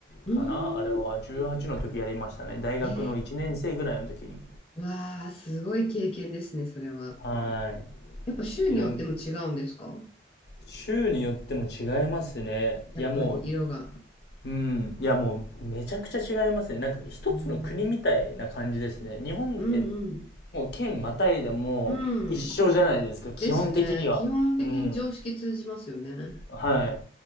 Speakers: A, on the left; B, on the left.
A: うーん。
B: かなあれは、18の時やりましたね。大学の1年生ぐらいの時に。
A: えー、わー、すごい経験ですね、それは。
B: は
A: やっぱ州によっても違うんですか
B: い。いろん、州によっても違いますね。
A: やっぱり色が。
B: いや、もう、うん。いや、もう、めちゃくちゃ違いますね。なんか、一つの国みたいな感じですね。
A: あーあ、
B: 日本って、
A: うんうん。
B: もう、県またいでも、
A: うん。
B: 一緒じゃないですか、基本的には。
A: ですね。基本的に常識通じますよね。
B: うん。はい。